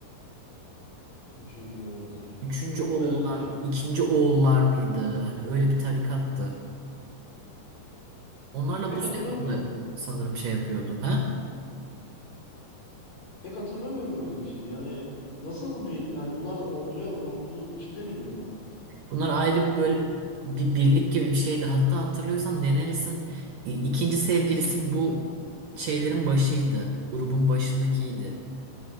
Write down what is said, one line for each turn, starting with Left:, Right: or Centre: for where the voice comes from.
Left: <laughs> Üçüncü Loğullar.
Right: Üçüncü
Left: Yok
Right: oğullar
Left: ben öyle bir şey.
Right: mıydı? İkinci oğullar mıydı? Hani öyle bir tarikattı. Onlarla
Left: Pek
Right: bu sezonda
Left: hatırlamıyorum.
Right: sanırım şey yapıyordu. Ha?
Left: Pek hatırlamıyorum öyle bir şey. Yani nasıl bir yani bunlar da orduya ordunun içinde miydi bunlar da?
Right: Bunlar ayrı bir böyle bir birlik gibi bir şeydi. Hatta hatırlıyorsan Daenerys'in i- ikinci sevgilisi bu şeylerin başıydı. Grubun başındakiydi.